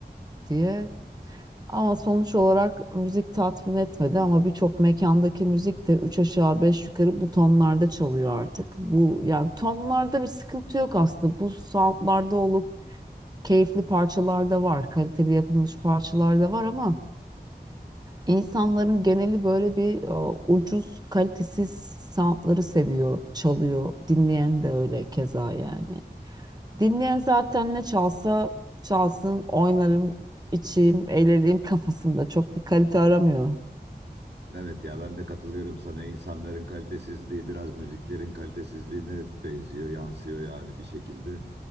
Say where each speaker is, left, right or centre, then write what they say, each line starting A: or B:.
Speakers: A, on the right; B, on the right.
A: diye. Ama sonuç olarak müzik tatmin etmedi ama birçok mekandaki müzik de 3 aşağı 5 yukarı bu tonlarda çalıyor artık. Bu yani tonlarda bir sıkıntı yok aslında. Bu soundlarda olup keyifli parçalar da var, kaliteli yapılmış parçalar da var ama insanların geneli böyle bir e, ucuz, kalitesiz soundları seviyor, çalıyor. Dinleyen de öyle keza yani. Dinleyen zaten ne çalsa çalsın, oynarım, içeyim, eğleneyim kafasında. Çok bir kalite aramıyor.
B: Evet ya ben de katılıyorum sana. İnsanların kalitesizliği biraz müziklerin kalitesizliğine benziyor, yansıyor yani bir şekilde.